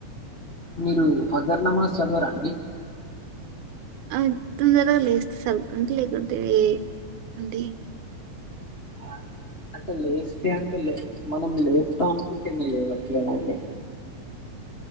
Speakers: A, on the left; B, on the right.
A: మీరు ఫగర్నమాస్ చదవరా అండి
B: అ తొందరగా లేస్తే <unintelligible> లేకుంటే అండి
A: ఆ అంటే లేస్తే అంటే లే మనం లేస్తాం అనుకుంటేనే లేవచ్చు కదండి